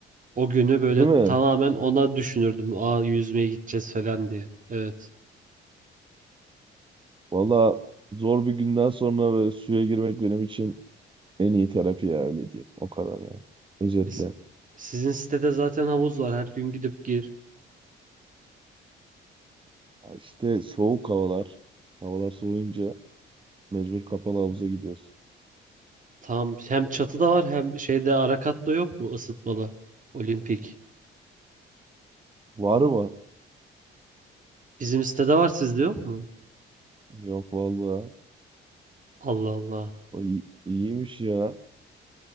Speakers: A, on the right (about 40°); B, on the right (about 25°).
A: O günü böyle
B: değil mi?
A: tamamen ona düşünürdüm. Aa yüzmeye gideceğiz falan diye. Evet.
B: Valla zor bir günden sonra böyle suya girmek benim için en iyi terapi ya öyle diyeyim. O kadar yani. Özetle.
A: E, si- Sizin sitede zaten havuz var. Her gün gidip gir.
B: Ya İşte soğuk havalar. Havalar soğuyunca mecbur kapalı
A: Tamam.
B: havuza gidiyoruz.
A: Tam hem çatıda var hem şeyde ara katta yok mu ısıtmalı? Olimpik.
B: Var mı?
A: Bizim sitede var sizde yok mu?
B: Yok valla.
A: Allah Allah.
B: O iyi- iyiymiş ya.